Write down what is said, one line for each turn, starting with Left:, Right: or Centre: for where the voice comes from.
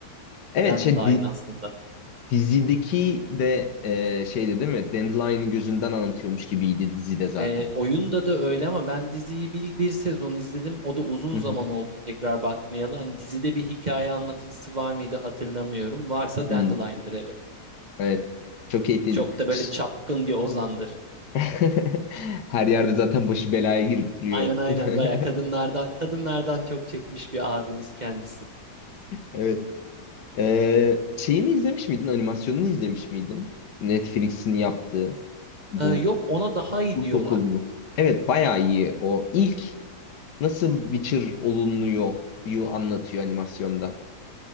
Left: Evet
Right: Dandelion
Left: şey di-
Right: aslında.
Left: dizideki de e, şeydi değil mi? Dandelion'ın gözünden anlatıyormuş gibiydi dizide zaten.
Right: Ee, oyunda da öyle ama ben diziyi bir, bir sezon izledim. O da uzun
Left: Hı
Right: zaman
Left: hı.
Right: oldu tekrar bakmayalı. Hani dizide bir hikaye anlatıcısı var mıydı hatırlamıyorum. Varsa
Left: Hmm,
Right: Dandelion'dır evet.
Left: evet. Çok keyifliydi.
Right: Çok da böyle
Left: Ş-
Right: çapkın bir ozandır.
Left: <laughs> Her yerde zaten başı belaya girip duruyor.
Right: Aynen aynen
Left: <laughs>
Right: bayağı kadınlardan kadınlardan çok çekmiş bir abimiz kendisi.
Left: Evet. Ee, şeyini izlemiş miydin? Animasyonunu izlemiş miydin? Netflix'in yaptığı. bu
Right: Ee, yok ona daha iyi
Left: kurt
Right: diyorlar.
Left: okulunu. Evet bayağı iyi o. İlk nasıl Witcher olunuyor yu anlatıyor animasyonda.